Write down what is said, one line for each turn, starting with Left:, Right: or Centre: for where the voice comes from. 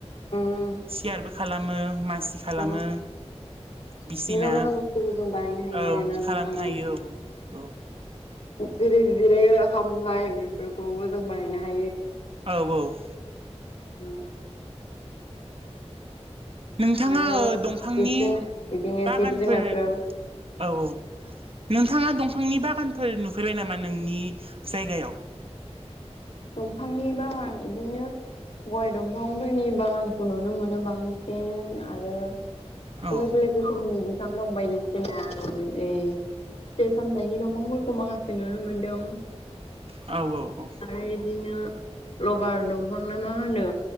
Left: उम
Right: सियारबो मासि खालामो
Left: औ
Right: बिसिना
Left: मोजां मोजां बुस्थुखौ जों बानायनो हायो
Right: औ
Left: आरोना दंफांजों
Right: औ
Left: जेरै जिरायग्रा खामलाय बेफोरखौबो जों बानायनो हायो
Right: औ - औ
Left: <unintelligible>
Right: नोंथांङा
Left: आरो
Right: दंफांनि
Left: जिब जुनार बिदिनो
Right: बागानफोर
Left: जिब जुनारफोराबो
Right: औ - औ नोंथांङा दंफांनि बागानफोर नुफैबाय नामा नोंनि जायगायाव
Left: <inaudible> दंफांनि बागान बिदिनो गय दंफांफोरनि बागानखौ नुनो मोनो बांसिन आरो बेलेक
Right: औ
Left: बेलेक रोखोमनि बिफां दं बायदिसिना जि फिथाइ सामथाइनि दंफांफोरखौ माखासे नुनो मोनदों
Right: औ - औ - औ
Left: आरो बिदिनो लबार दंफां ना मा होनो